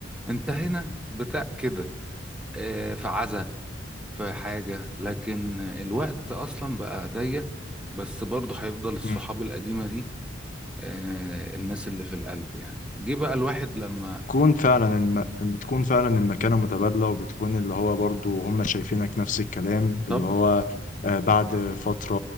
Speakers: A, in the centre; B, on the left.
A: انت هنا بتاع كده آه في عزا في حاجه لكن الوقت اصلا بقى ضيق بس برضه هيفضل الصحاب
B: مم.
A: القديمه دي آه، الناس اللي في القلب يعني جه بقى الواحد لما
B: تكون فعلا الم... بتكون فعلا المكانة متبادلة وبتكون اللي هو برضو هم شايفينك نفس الكلام
A: طبعا
B: اللي هو آه، بعد فترة